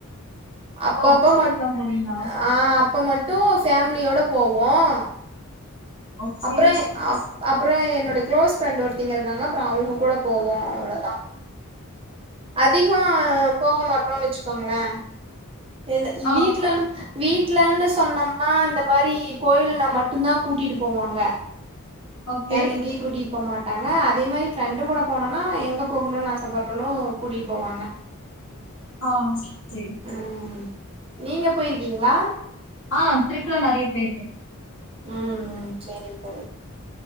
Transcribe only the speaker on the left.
ஓ
கோவிலுக்குலா
போவீங்களா
ஓகே
ஆ
ஓகே
ஆ சரி
ஆ ட்ரிப்லா நெறைய போயிருக்கே